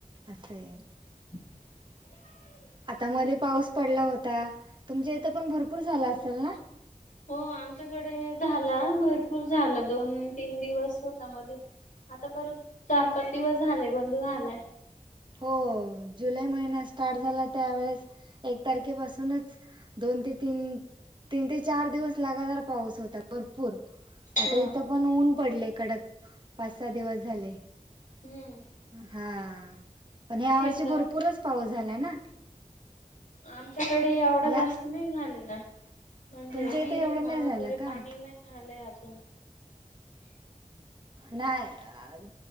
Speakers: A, on the right; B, on the left.
A: असय.
B: <inaudible>
A: आता मध्ये पाऊस पडला होता. तुमच्या इथ पण भरपूर झाला असेल ना?
B: हो आमच्याकडे झाला, भरपूर झाला दोन तीन दिवस होता मध्ये. आता परत चार पाच दिवस झालेय बंद झालाय.
A: हो जुलै महिना स्टार्ट झाला त्यावेेळेस एक तारखेपासूनच दोन ते तीन, तीन ते चार दिवस लगादार पाऊस होता भरपूर. आता
B: ह
A: इथ, पण ऊन पडलय कडक पाच सहा दिवस झाले.
B: हम्म
A: हां पण ह्यावर्षी
B: शेतात
A: भरपूरच पाऊस झाला ना.
B: आमच्याकडे एवढा
A: या
B: जास्त नाही झालेला. म्हणजे
A: तुमच्या
B: विहिरी
A: इथे एवढा
B: ना
A: नाही
B: वगैरे
A: झाला का
B: पाणी नाय आलय अजून.
A: नाही.